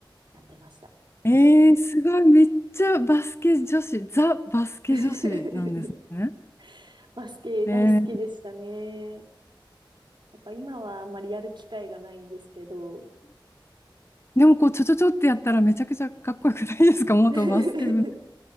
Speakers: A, on the right; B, on the left.
A: やってました。
B: えー、すごい、めっちゃバスケ女子、ザ・バスケ女子なんですね。
A: <laughs> バスケ大好きでしたね。
B: えー
A: やっぱ今はあんまりやる機会がないんですけど、
B: でもこう、ちょちょちょってやったらめちゃくちゃかっこよくないですか <laughs> 元バスケ部。
A: <laughs>